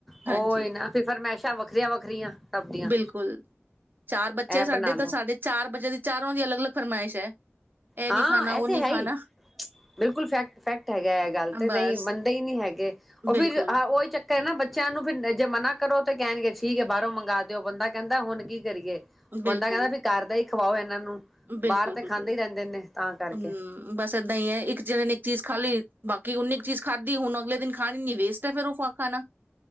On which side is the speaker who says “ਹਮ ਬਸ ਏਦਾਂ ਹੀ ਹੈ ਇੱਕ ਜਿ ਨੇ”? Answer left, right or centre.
Right